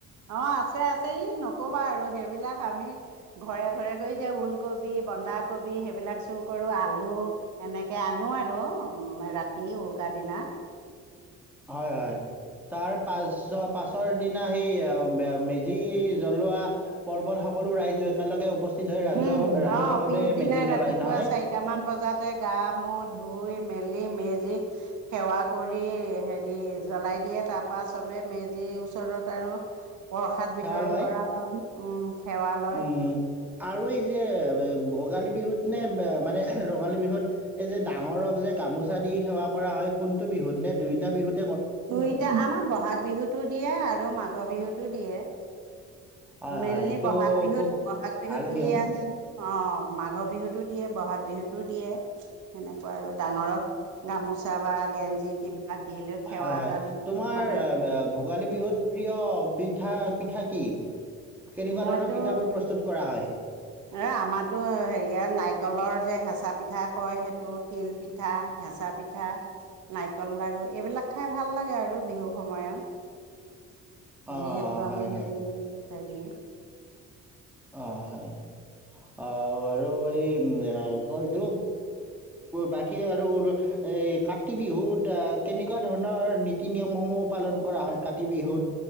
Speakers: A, on the right (about 75°); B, in the centre.
A: অ আছে আছে ই নকবা আৰু সেইবিলাক আমি ঘৰে ঘৰে গৈ যে ওলকবি, বন্ধাকবি, সেইবিলাক চুৰ কৰো আলু, এনেকে আনো আৰু ৰাতি উৰুকা দিনা।
B: হয় হয় তাৰ পাছ পাছৰ দিনা সেই মেজি জ্বলোৱা পৰ্বত সকলো ৰাইজো একেলগে উপস্থিত, হৈ ৰাজহুৱা
A: উম
B: ৰাজহুৱাভাৱে
A: অ পিছদিনা
B: মেজি জ্বলাই
A: ৰাতিপুৱা
B: নহয়,
A: চাৰিটামান বজাতে গা মূৰ ধুই মেলি মেজি মেজি সেৱা কৰি হেৰি জ্বলাই দিয়ে তাৰপা চবে মেজিৰ ওচৰত আৰু প্ৰসাদ
B: সেৱা
A: বিতৰণ
B: লয়।
A: কৰা হয় উম সেৱা লয়।
B: উম, আৰু এই যে ভোগালী বিহুত, নে মানে ৰঙালী বিহুত, এই যে ডাঙৰক যে গামোচা দি সেৱা কৰা হয় কোনটো বিহুত নে দুয়ইটা বিহুত-
A: দুই এতিয়া আমাৰ ব'হাগ, বিহুতো দিয়ে আৰু মাঘৰ, বিহুতো তু দিয়ে।
B: হয়,
A: মেলনে
B: হয়, সেইটো
A: বহাগ বিহুত
B: খুব
A: বহাগ বিহুত
B: ভাল
A: দিয়ে
B: নিয়ম।
A: যানো অ মাঘৰ, বিহুতো দিয়ে বহাগ, বিহুতো দিয়ে সেনেকুৱা আৰু ডাঙৰক গামোচা বা গেঞ্জি কিবা দি লৈ সেৱা
B: হয় হয়
A: এটা লৈ
B: তোমাৰ
A: মানে
B: ভোগালী, বিহুত প্ৰিয় পিঠা পিঠা কি? কেনেকুৱা
A: মইতো
B: ধৰণৰ পিঠাবোৰ প্ৰস্তুত কৰা হয়।
A: এ আমাতো হেৰিয় ন নাৰিকলৰ, যে হেঁচা পিঠা, কয় সেইটো তিল পিঠা, হেঁচা পিঠা নাৰিকল, লাৰু এইবিলাক খাই ভাল লাগে। আৰু বিহু সময়ত
B: অ',
A: যিহেতু
B: হয়,
A: আমাৰ
B: হয়।
A: সেইটো খাই দিও
B: অ হয় অ আৰু এই উম কয় এইতো বাকী আৰু এই কাতি, বিহুত কেনেকুৱা ধৰণৰ নীতি নিয়মসমূহ পালন কৰা হয় কাতি বিহুত